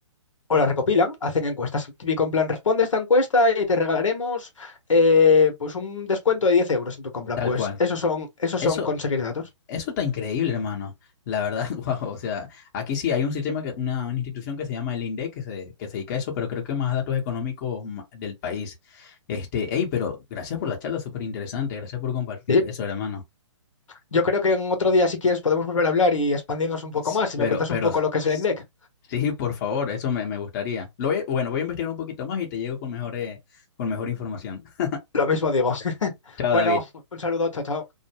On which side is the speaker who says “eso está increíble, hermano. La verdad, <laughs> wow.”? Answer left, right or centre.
Left